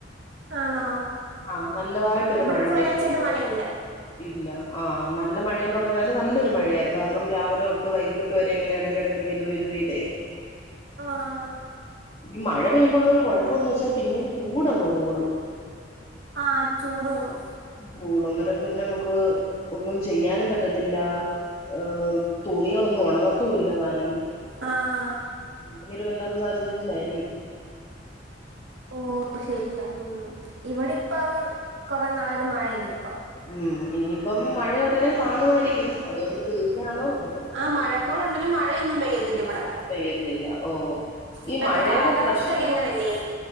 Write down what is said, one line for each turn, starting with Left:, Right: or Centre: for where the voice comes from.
Right: ആണോ
Left: ആഹ് നല്ലതായിട്ടൊരു
Right: ഇവിടെ
Left: മഴ
Right: ഇപ്പൊ
Left: പെയ്തു
Right: ഒരാഴ്ചയായിട്ട് മഴയില്ല
Left: ഇല്ല ആ നല്ല മഴയെന്ന് പറഞ്ഞാല് നല്ലൊരു മഴയായിരുന്നു കാരണം രാവിലൊട്ട് വൈകി ട്ട് വരെ ഇങ്ങനെ എടയ്ക്കെടയ്ക്ക് പെയ്ത് പെയ്ത് പെയ്തേ
Right: ആഹ്
Left: ഈ മഴ പെയ്യുമ്പള്ളൊരു കൊഴപ്പംന്ന് വെച്ചാ പിന്നേം ചൂടങ് കൂടും
Right: ആഹ് ചൂട് കൂടും
Left: കൂട്ന്നേരം പിന്നെ മ്മക്ക് ഒന്നും ചെയ്യാനും പറ്റത്തില്ല ഏഹ് തുണികളൊന്നും ഒണങ്ങത്തൂല്ലതാ നും
Right: ആഹ്
Left: ഈയൊരു വെല്ലാത്ത സാഹചര്യത്തിലായിരിക്കും
Right: ഓ ശെരിയാ ഉം ഇവടെപ്പം കൊറെ നാളായിട്ട് മഴ ഇല്ലപ്പം
Left: ഉം ഇനിയിപ്പം മഴ ഒടനെ കാണുവായിരിക്കും അതോ ഞ്ഞി തീർന്നാണോ എന്തോ
Right: ആ മഴക്കോളുണ്ടേലും മഴയൊന്നും പെയ്യത്തില്ല ഇവടെ
Left: പെയ്യത്തില്ല ഓ ഈ
Right: ഇപ്പഴത്തെ
Left: മഴേടെ
Right: കാലാവസ്ഥയൊക്കെ
Left: പ്രശ്നം
Right: എങ്ങനല്ലേ